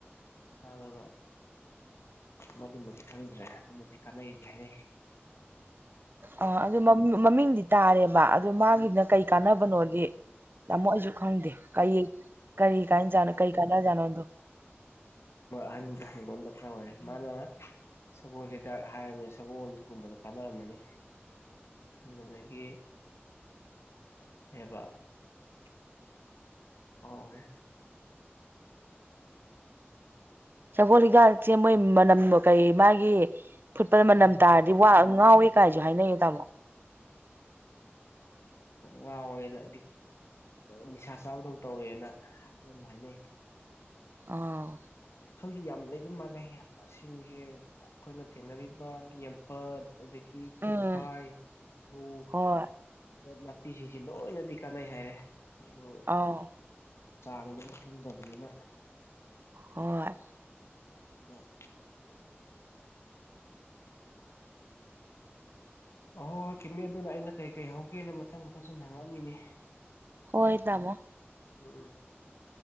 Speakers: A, on the left (about 80°); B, on the right (about 55°).
A: ꯑꯗꯨ ꯃꯗꯨꯃꯗꯤ ꯈꯪꯗ꯭ꯔꯦ ꯑꯗꯨꯃꯗꯤ ꯀꯃꯦꯥꯏ ꯏꯗꯤ ꯍꯥꯏꯔꯦ
B: ꯑꯥ ꯑꯗꯨ ꯃꯃꯤꯡꯗꯤ ꯇꯥꯔꯦꯕ ꯑꯗꯣ ꯃꯥꯒꯤꯅ ꯀꯩ ꯀꯥꯟꯅꯕꯅꯣꯗꯤ ꯇꯥꯃꯣ ꯑꯩꯁꯨ ꯈꯪꯗꯦ ꯀꯔꯤ ꯀꯔꯤ ꯀꯥꯏꯖꯥꯅꯣ ꯀꯔꯤ ꯀꯥꯟꯅꯖꯥꯠꯅꯣꯗꯣ
A: ꯍꯥꯏꯅꯤꯗꯟꯗ ꯇ ꯃꯥꯅ ꯁꯒꯣꯜꯁꯤꯗ ꯍꯥꯏꯔꯕꯃꯤꯅ ꯁꯒꯣꯜꯒꯨꯝꯕꯗ ꯀꯥꯟꯅꯔꯝꯃꯅꯤ ꯃꯒꯗꯒꯤ ꯕ ꯎꯝꯔꯦ
B: ꯁꯒꯣꯜ ꯍꯤꯀ ꯆꯦ ꯃꯣꯏ ꯃꯅꯝ ꯀꯩ ꯃꯥꯒꯤ ꯐꯨꯠꯄꯗ ꯃꯅꯝ
A: ꯃꯍꯩ
B: ꯇꯥꯔꯗꯤ ꯋꯥ ꯉꯥꯎꯋꯦ ꯀꯥꯏꯁꯨ ꯍꯥꯏꯅꯉꯦ ꯇꯥꯃꯣ
A: ꯋꯥ ꯑꯣꯏꯂ ꯅꯤꯁꯥ ꯆꯥꯕꯗꯧ ꯇꯧꯋꯦꯅꯝ ꯍꯥꯏꯅꯩ
B: ꯑꯥ
A: ꯃꯈꯜꯗꯤ ꯌꯥꯝ ꯂꯩꯕ ꯃꯥꯜꯂꯦ ꯃꯁꯤꯁꯦ ꯑꯩꯈꯣꯏꯅ ꯊꯦꯡꯅꯔꯤꯕ ꯌꯦꯦꯝꯄꯠ ꯑꯦꯗꯒꯤꯗꯒꯤ ꯄꯨꯐꯥꯏꯧ
B: ꯎꯝ ꯍꯣꯏ
A: ꯅꯥꯄꯤꯁꯤꯡꯁꯤ ꯂꯣꯏꯅꯗꯤ ꯀꯥꯟꯅꯩ ꯍꯥꯏꯔꯦ ꯑꯗꯨ
B: ꯑꯥꯎ
A: ꯆꯥꯡꯗꯨꯝ ꯈꯪꯗꯕꯅꯤꯅ
B: ꯍꯣꯏ
A: ꯎꯣꯏ ꯑꯍꯣꯏ ꯍꯣꯏ ꯀꯤꯃꯤ ꯑꯗꯨꯅ ꯑꯩꯅ ꯀꯩ ꯀꯩ ꯍꯧꯒꯦꯅ ꯃꯊꯪ ꯃꯊꯪ ꯁꯨꯝ ꯍꯦꯟꯉꯛꯑꯃꯤꯅꯤ
B: ꯍꯣꯏꯗꯃꯣ
A: ꯎꯝ ꯎꯝ